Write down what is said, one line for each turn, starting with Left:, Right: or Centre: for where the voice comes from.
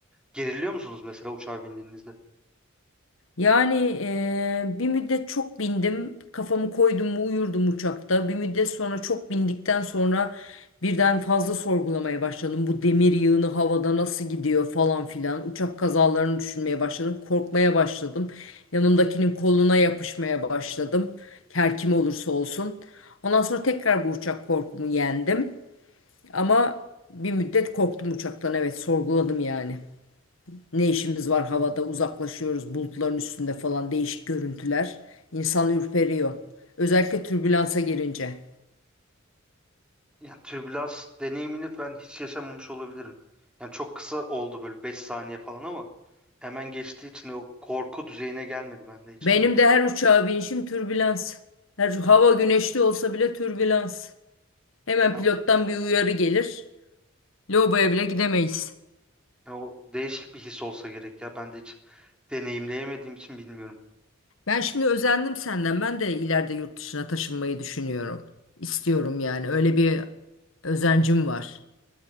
Centre: geriliyor musunuz mesela uçağa bindiğinizde?
Left: Yani eee, bir müddet çok bindim. Kafamı koydum mu uyurdum uçakta. Bir müddet sonra çok bindikten sonra birden fazla sorgulamaya başladım. Bu demir yığını havada nasıl gidiyor falan filan. Uçak kazalarını düşünmeye başladım. Korkmaya başladım. Yanımdakinin koluna yapışmaya başladım. Her kim olursa olsun. Ondan sonra tekrar bu uçak korkumu yendim. Ama bir müddet korktum uçaktan. Evet sorguladım yani. Ne işimiz var havada uzaklaşıyoruz bulutların üstünde falan değişik görüntüler. İnsan ürperiyor. Özellikle türbülansa girince.
Centre: Yani türbülans deneyimini ben hiç yaşamamış olabilirim. Yani çok kısa oldu böyle 5 saniye falan ama hemen geçtiği için o korku düzeyine gelmedi bende hiçbir
Left: Benim
Centre: zaman.
Left: de her uçağa binişim türbülans. Her hava güneşli olsa bile türbülans. Hemen
Centre: Ya,
Left: pilottan bir uyarı gelir. Lobaya bile gidemeyiz.
Centre: ya o değişik bir his olsa gerek ya. Ben de hiç deneyimleyemediğim için bilmiyorum.
Left: Ben şimdi özendim senden. Ben de ileride yurt dışına taşınmayı düşünüyorum. İstiyorum yani. Öyle bir özencim var.